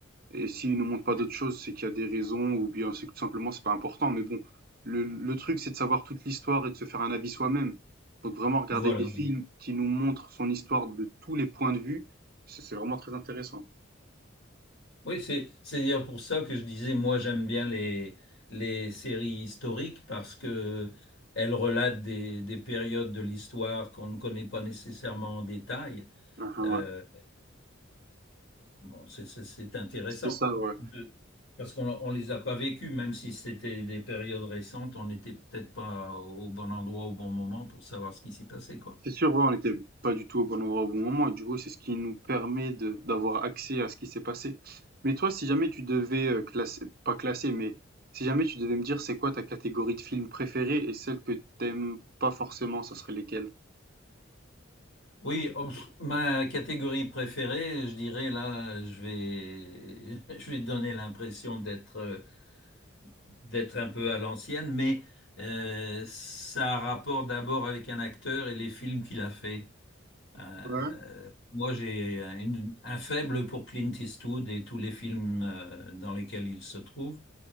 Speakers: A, on the right (about 50°); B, on the left (about 65°).
A: Et s'ils nous montrent pas d'autres choses, c'est qu'il y a des raisons ou bien c'est que tout simplement c'est pas important. Mais bon, le, le truc c'est de savoir toute l'histoire et de se faire un avis soi-même. Donc vraiment regarder
B: Voilà.
A: des films qui nous montrent son histoire de tous les points de vue, c'est c'est vraiment très intéressant.
B: Oui, c'est, c'est d'ailleurs pour ça que je disais, moi, j'aime bien les, les séries historiques parce que elles relatent des, des périodes de l'histoire qu'on ne connaît pas nécessairement en détail.
A: Ah, ah,
B: Euh,
A: ouais.
B: Bon, c'est c'est- c'est intéressant
A: C'est ça, ouais.
B: de- parce qu'on on les a pas vécus, même si c'était des périodes récentes, on n'était peut-être pas au bon endroit au bon moment pour savoir ce qui s'y passait, quoi.
A: C'est sûr, ouais, on n'était pas du tout au bon endroit au bon moment, et du coup, c'est ce qui nous permet de d'avoir accès à ce qui s'est passé. Mais toi, si jamais tu devais euh, classer, pas classer, mais si jamais tu devais me dire c'est quoi ta catégorie de films préférée et celle que t'aimes pas forcément, ça serait lesquelles?
B: Oui, oh, pff, ma catégorie préférée, je dirais là, je vais, <laughs> je vais donner l'impression d'être euh, d'être un peu à l'ancienne, mais euh, ça a rapport d'abord avec un acteur et les films qu'il a fait. Euh,
A: Ouais,
B: moi, j'ai un une- un faible pour Clint Eastwood et tous les films euh, dans lesquels il se trouve,